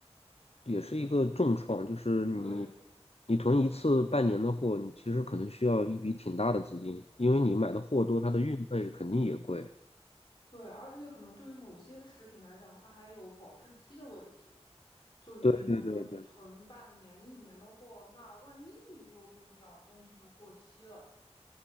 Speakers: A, on the left; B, on the left.
A: 也是一个重创。就是你
B: 对
A: 你囤一次半年的货，你其实可能需要一笔挺大的资金，因为你买的货多，它的运费肯定也贵。
B: 对，而且可能对于某些食品来讲，它还有保质期的问题。就你比如说你囤半年、
A: 对对对对
B: 一年的货，那万一你没有用掉，东西就过期了。